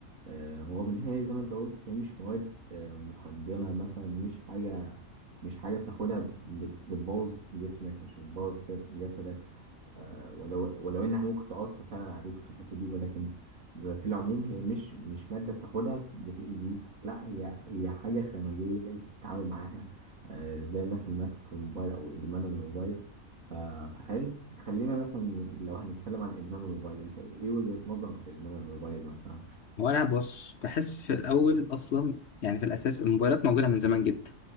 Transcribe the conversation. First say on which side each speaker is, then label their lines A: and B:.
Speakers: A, on the right; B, on the left.
A: آه، رغم إن هي زي ما أنت قلت هي مش مواد آه، مخدرة مثلا مش حاجة مش حاجة بتاخدها بت- بتبوظ جسمك مش بتبوظ ج- جسدك آه، ولو ولو انها ممكن تأثر فعلا عليك في الحتة دي ولكن في العموم هي مش مش مادة بتاخدها بتأذيك لا هي هي حاجة خارجية انت بتتعامل معاها آه، زي مثلا مسكة الموبايل او ادمان الموبايل ف- فخلينا خلينا مثلا لو هنتكلم عن ادمان الموبايل انت ايه وجهة نظرك في ادمان الموبايل مثلا؟
B: وانا بص بحس في الاول اصلا يعني في الاساس الموبايلات موجوده من زمان جدا